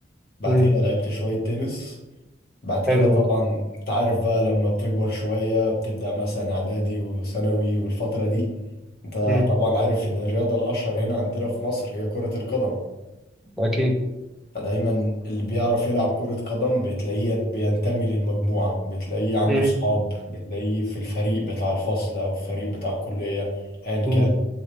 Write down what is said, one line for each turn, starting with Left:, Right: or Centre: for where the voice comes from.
Left: بعد
Centre: امم
Left: كده لعبت شوية تنس بعد كده
Centre: حلو
Left: طبعا انت عارف بقى لما بتكبر شوية بتبدأ مثلا اعدادي وثانوي والفترة دي انت
Centre: امم
Left: طبعا عارف ان الرياضة الاشهر هنا عندنا في مصر هي كرة القدم
Centre: أكيد
Left: فدايما اللي بيعرف يلعب كرة قدم بتلاقيه بينتمي للمجموعة بتلاقيه عنده
Centre: امم
Left: صحاب بتلاقيه في الفريق بتاع الفصل أو الفريق بتاع الكلية أيا كان
Centre: <laughs>